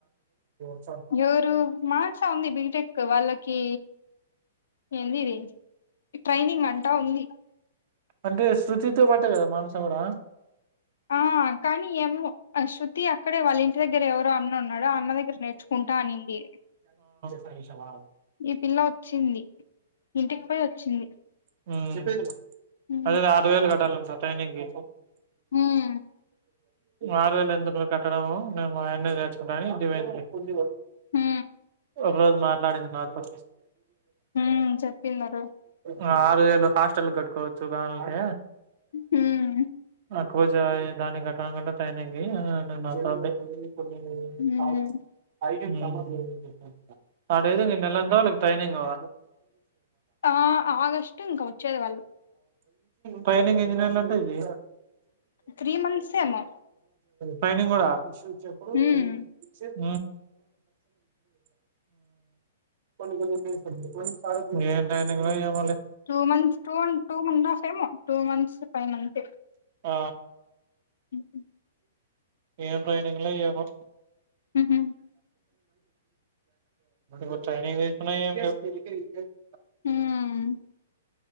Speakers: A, on the right (about 55°); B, on the left (about 75°).
A: <unintelligible>
B: ఎవరు మానసా ఉంది బిటెక్ వాళ్ళకి ఏంది ఇది ట్రైనింగ్ అంట ఉంది
A: అంటే శృతితో పాటే కదా మానస కూడా
B: ఆ కానీ ఏమో శృతి అ క్కడే వాళ్ళ ఇంటి దగ్గర ఎవరో అన్న ఉన్నడు ఆ అన్న దగ్గర నేర్చుకుంటా అనింది
A: కానీషవా
B: ఈ పిల్ల వచ్చింది ఇంటికి పొయి వచ్చింది
A: హూ మ్
B: హ్మ్
A: అదేదొ ఆరు వేలు కట్టాల కట్టేనికి
B: హ్మ్
A: ఆరువేలు ఎందుకు లే కట్టడము నే మా అయన్ని తెచ్చుకుంట అని ఇంటికి పోయింది
B: హూ
A: ఒక రోజు మాట్లాడింది నా తో
B: హ్మ్ చెప్పిందరు
A: అ ఆరువేలు హాస్టల్కు కట్టుకోవచ్చు గా అంటే
B: హ్మ్
A: అ కొచా యే దాన్ని కట్టడం కంటే ట్రైనింగ్ కి అనీ నాతోని అంది కోలి కొన్ని
B: హ్మ్
A: పాల్ పోసిన ఐ హుమ్ అట్టయితే నీకు నెలంతా టైనింగ్ ఆ
B: ఆ ఆగస్టు ఇంకా వచ్చేది వాళ్ళు
A: ట్రైనింగ్ ఏ ఎన్ని నెలలు అంట ఇది
B: త్రీ మంత్స్ ఏమో
A: ట్రైనింగ్ కూడా విషన్ చెప్పుడో
B: హ్మ్
A: పది వే చెప్ హూ హుమ్ మ్మ్ ఏం ట్రైనింగ్ లో ఏమో లే
B: two months two two and half ఏమో టూ మంత్స్ పైన అంతే
A: ఆ
B: హ
A: ఏం ట్రైనింగ్లో ఏమో
B: ఉహు
A: మ ట్రైనింగ్ తీస్తున్నా ఏమీ లేదు <inaudible>
B: హ్మ్